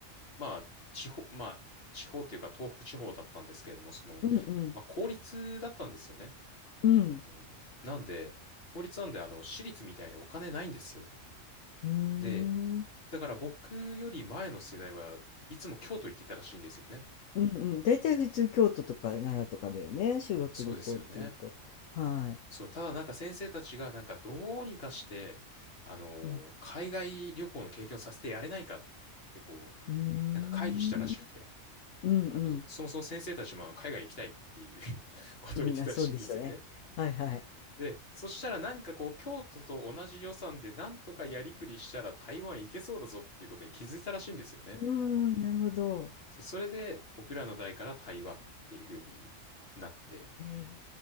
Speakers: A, on the left; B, on the left.
A: まあ、地方、まあ、地方というか東北地方だったんですけれども、その、
B: んうん。
A: まあ、公立だったんですよね。
B: うん。
A: あの、なんで、公立なんで、あの、私立みたいにお金ないんですよ。
B: うーん。
A: で、だから僕より前の世代はいつも京都行ってたらしいんですよね。
B: うんうん。大体普通京都とか奈良とかだよね。修学旅行っていうと。
A: そうですよね。
B: はい。
A: そう、ただなんか先生たちがなんかどうにかして、あのー海外旅行の経験をさせてやれないかってこう、
B: うん。うーん。
A: なんか会議したらしくて、
B: うんうん。
A: あの、そもそも先生たちも海外行きたいっていう <laughs> ことを言ってたらしいんですよね。
B: うん、あ、そうでしょうね。はいはい。
A: で、そしたらなんかこう、京都と同じ予算でなんとかやりくりしたら台湾行けそうだぞっていうことに気づいたらしいんですよね。
B: うーん、なるほど。
A: そうそれで僕らの代から台湾っていう風になって、
B: へ